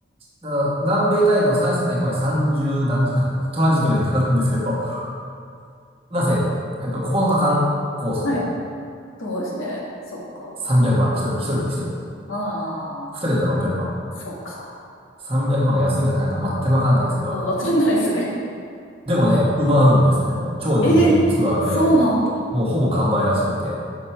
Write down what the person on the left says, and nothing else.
はい。そうですね。そっか。
ああ、
そっか。
うん、わかんないですね。<laughs>
ええ、そうなんだ。